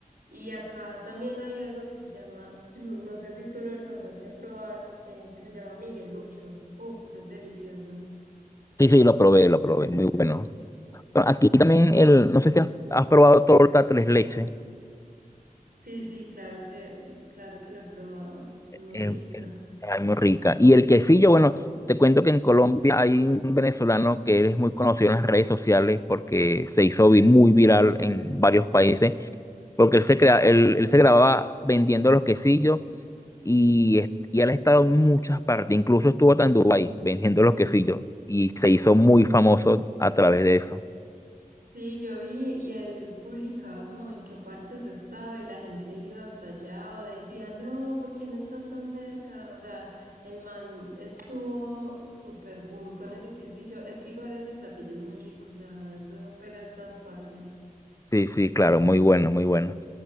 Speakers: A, on the right (about 80°); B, on the left (about 20°).
A: Y acá también hay algo que se llama, <clears throat> no sé si tú lo alcanzaste a probar, eh, que se llama Miguelucho. Uf, es delicioso.
B: Sí, sí, lo probé, lo probé, muy bueno. Bueno, Aquí también el, no sé si has, has probado torta tres leches,
A: Sí, sí, claro que, claro que la he probado. Muy
B: el-
A: rica.
B: el- ay, muy rica. Y el quesillo, bueno, te cuento que en Colombia hay un venezolano que es muy conocido en las redes sociales porque se hizo vi- muy viral en varios países, porque él se, crea, él, él se grababa vendiendo los quesillos y, es- y él ha estado en muchas partes, incluso estuvo hasta en Dubái vendiendo los quesillos y se hizo muy famoso a través de eso.
A: Sí, yo vi y él publicaba como en qué partes estaba y la gente iba hasta allá o decía, no, ¿por qué no estás tan cerca? O sea, el man estuvo súper boom con ese quesillo. Es que igual ese platillo es muy rico, o sea, eso pega en todas partes.
B: Sí, sí, claro, muy bueno, muy bueno.